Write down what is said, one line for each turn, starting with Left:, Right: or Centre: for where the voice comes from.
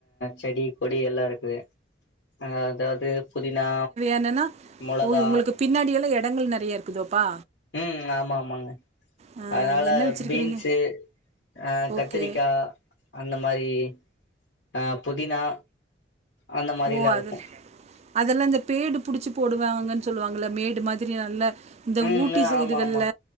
Left: செடி கொடி எல்லா இருக்கு அ அதாவ்து புதினா
Right: என்னன்னா
Left: மொளகா
Right: ஓய் உங்களுக்கு பின்னாடி எல்லா எடங்கள் நறைய இருக்குதோப்பா
Left: ம் ஆமா ஆமாங்க
Right: ஆ
Left: அத்னால
Right: என்ன வச்சிருக்கிறீங்க
Left: பீன்ஸு ஆ கத்திரிக்கா
Right: ஓகே
Left: அந்தம் பாதி ஆ புதினா அந்த மாரிலா
Right: ஓ அது
Left: இருக்கூ
Right: அதெல்லா இந்த பேடு புடிச்சு போடுவாங்கன் சொல்லுவாங்கள மேடு மாதிரி நல்லா இந்த
Left: ம்
Right: ஊட்டி சைடுகள்ல
Left: ஆமா ஆமா